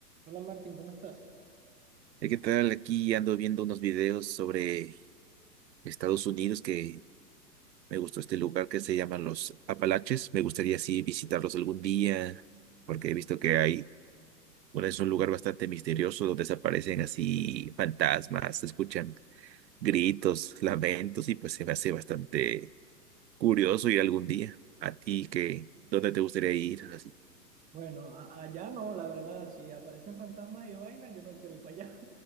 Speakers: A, on the right (about 15°); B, on the right (about 85°).
A: Hola Martín, ¿cómo estás?
B: Eh, ¿Qué tal? Aquí ando viendo unos videos sobre Estados Unidos que me gustó este lugar que se llama los Apalaches. Me gustaría sí visitarlos algún día porque he visto que hay, bueno, es un lugar bastante misterioso donde desaparecen así fantasmas, se escuchan gritos, lamentos y pues se me hace bastante curioso ir algún día. ¿A ti qué? ¿Dónde te gustaría ir? Así.
A: Bueno, a- allá no, la verdad, si aparecen fantasmas y vainas, yo no quiero ir para allá.